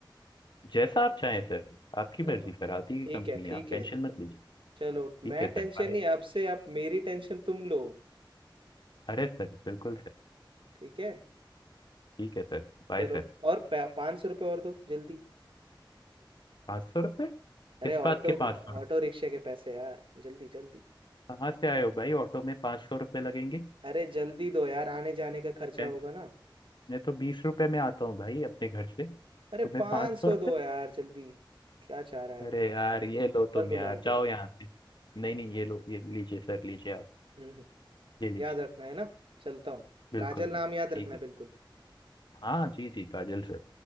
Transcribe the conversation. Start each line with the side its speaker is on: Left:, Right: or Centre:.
Left: जैसा आप चाहें सर आपकी
Right: चलो
Left: मर्जी सर आती है
Right: ठीक
Left: कंपनी
Right: है ठीक
Left: आप टेंशन
Right: है
Left: मत लीजिए
Right: चलो
Left: ठीक
Right: मैं
Left: है सर
Right: टेंशन
Left: बाय
Right: नहीं अब से आप मेरी टेंशन तुम लो
Left: अरे सर बिल्कुल सर
Right: ठीक है
Left: ठीक है सर Bye
Right: चलो
Left: sir
Right: और पाँच सौ रुपये और दो जल्दी
Left: पाँच सौ रुपये किस
Right: अरे ऑटो
Left: बात के पाँच सौ रुपये
Right: ऑटो रिक्शा के पैसे यार जल्दी जल्दी
Left: कहाँ से आए हो भाई ऑटो में पाँच सौ रुपये लगेंगे
Right: अरे जल्दी दो यार आने जाने का खर्चा
Left: मैं
Right: होगा ना
Left: मैं तो बीस रुपये में आता हूँ भाई अपने घर से तुम्हें
Right: अरे पाँच
Left: पाँच
Right: सौ
Left: सौ
Right: दो यार जल्दी क्या चाह रहा है
Left: अरे यार ये लो तुम
Right: पर
Left: यार
Right: बुलाऊं
Left: जाओ
Right: क्या
Left: यहाँ से नहीं नहीं ये लो ये लीजिए सर लीजिए आप
Right: हम्म हम्म,
Left: ये लीजिए
Right: याद रखना है ना चलता हूँ
Left: बिल्कुल
Right: काजल
Left: बिल्कुल
Right: नाम याद रखना
Left: ठीक है
Right: बिल्कुल
Left: हाँ जी जी काजल सर